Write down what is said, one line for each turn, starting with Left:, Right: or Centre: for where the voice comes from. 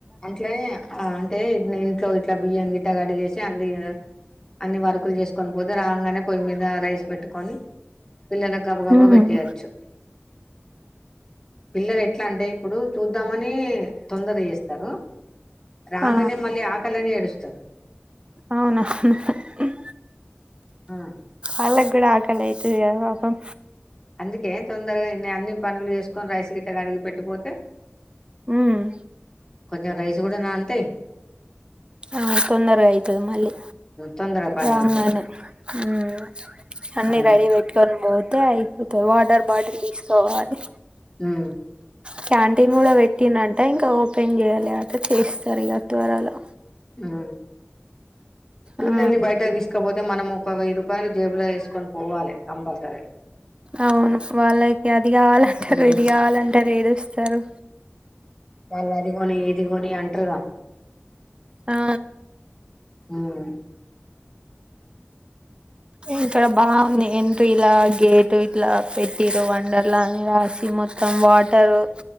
Left: అంట్లే ఆ అంటే ఇ ఇంట్లో ఇట్లా బియ్యం గిట్ట కడిగేసి అంనీ అన్ని వరుకులు జేసుకొని పోతే రాంగానే పొయ్యి మీద రైస్ పెట్టుకొని పిల్లలక్ గబ గబ
Right: మ్మ్
Left: వేట్టియొచ్చు పిల్లలెట్లా అంటే ఇపుడు చూద్దామని తొందర చేస్త్ అ రాంగనే
Right: ఆ
Left: మళ్ళీ ఆకలిని ఏడుస్తరు
Right: అవును హుహుహుమ్
Left: ఆ,
Right: ఆళ్లగూడ ఆ కలైతది గద పాపం
Left: అందుకే తొందరగా ఇన్నన్ని పనులు జెస్కోని రైస్ గిట్ట కడిగి పెట్టిపోతే
Right: ఉమ్
Left: కొంచెం రైస్ గూడా నాంతయి
Right: ఆ తొందరగా ఐతది మళ్ళీ
Left: తొందర పని
Right: రాగానే
Left: అయితది
Right: హుమ్ అన్ని
Left: అదే
Right: రెడీ వెట్టుకొని పోతే యిపోత వాటర్ బాటిల్ తీస్క పోవాలి
Left: మ్మ్
Right: క్యాంటీన్ గూడా పెట్టిండ్రంట ఇంక ఓపెన్ జేయలే అట చేస్తరు ఇగ త్వరలో
Left: మ్మ్ పిల్లల్ని
Right: ఆ
Left: బయట తీస్కావోతే మనము ఒక వెయ్యి రూపాయలు జేబులో ఏస్కొని పోవాలి కంపల్సరీ
Right: అవును వాళ్ళకి అది గావాలంటరు
Left: ఉమ్
Right: ఇది గావాలంటరు ఏడుస్తరు
Left: వాళ్ళదిగొని ఇదిగొని అంటర్గా
Right: ఆ
Left: ఉమ్
Right: ఇక్కడ బాగుంది ఎంట్రీ ఇలా గేట్ ఇట్లా పెట్టిరు వండర్ లా అని రాసి మొత్తం వాటరు